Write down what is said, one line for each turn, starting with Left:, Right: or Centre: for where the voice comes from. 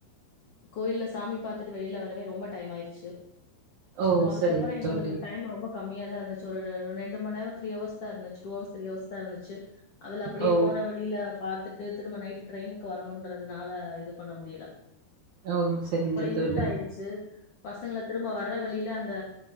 Left: கோயில சாமி வெளில வரவே ரொம்படைம் ஆயிருச்சு சு
Right: ஓ
Left: சோ அதுக்கப்புறம்
Right: சரிங்க
Left: எங்களுக்கு
Right: தோழி
Left: டைம் ரொம்ப கம்மியா தான் இருந்துச்சி ஒரு ரெண்டு மணி நேர த்ரீஹவர்ஸ் தான் இருந்துச்சு டூஹவர்ஸ் த்ரீ ஹவர்ஸ் தான் இருந்துச்சு அதுல அப்டியே
Right: ஓ
Left: போற வழில பாத்துட்டு திரும்ப நைட் ட்ரெயினுக்கு வரணுன்றதுனால இது பண்ண முடியலை
Right: ஓ! சரிங்க தோழி
Left: இருட்டாயிருச்சு பசங்கள திரும்ப நம் வர்ற வழியில அந்த